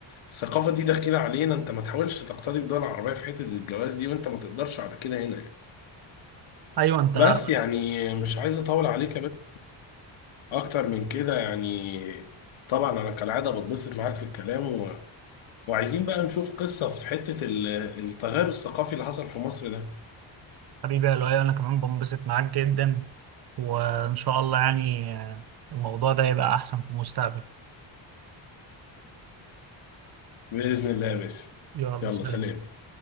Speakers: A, on the left; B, on the right.
A: الثقافة دي داخلة علينا انت ما تحاولش تقتدي بالدول العربية في حتة الجواز دي وانت ما تقدرش على كده هنا يعني
B: أيوه أنت
A: بس يعني مش عايز اطول عليك يا بدر اكتر من كده يعني طبعا انا كالعادة بتبسط معاك في الكلام و... وعايزين بقى نشوف قصة في حتة ال- التغير الثقافي اللي حصل في مصر ده
B: حبيبي يا لؤي أنا كمان بنبسط معاك جدا وإن شاء الله يعني آه، الموضوع ده يبقى أحسن في المستقبل
A: بإذن الله يا باسم
B: يلا
A: يلا
B: سلام
A: سلام